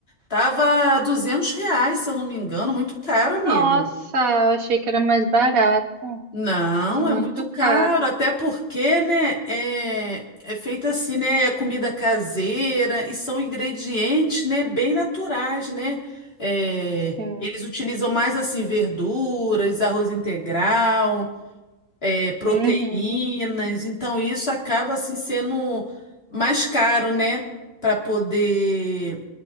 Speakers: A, on the left; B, on the right.
A: tava 200 reais, se eu não me engano. Muito caro,
B: Nossa,
A: amiga.
B: eu achei que era mais barato,
A: Não,
B: muito
A: é muito caro,
B: caro.
A: até porque, né, é, é feita assim, né, é comida caseira e são ingredientes, né, bem naturais, né? É,
B: Sim.
A: eles utilizam mais assim verduras, arroz integral, é, proteínas,
B: Uhum.
A: então isso acaba assim sendo mais caro, né, para poder